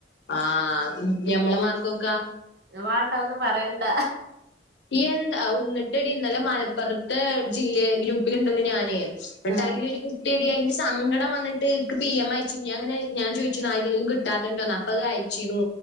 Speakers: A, on the left; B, on the right.
A: ആഹ് ഞമ്മടെ മാർക്കോക്കാ
B: വാണ്ട അതൊന്നും പറയണ്ട
A: എന്താ ഒന്നിട്ടടി ഇന്നലെ മലപ്പുറത്ത് ജില്ലെ ഗ്രൂപ്പിലുണ്ടല്ലോ ഞാന് എന്നിട്ട്
B: ആഹ്
A: അതിലൊരു കുട്ടിയെടി അതിന്റെ സങ്കടം വന്നിട്ട് പി എം അയച്ചി ഞാ അങ്ങനെ ഞാൻ ചോദിച്ചു ആര്ക്കെങ്കിലും കിട്ടാത്തതുണ്ടോന്ന്, അപ്പൊ അത് അയച്ചീന്നു.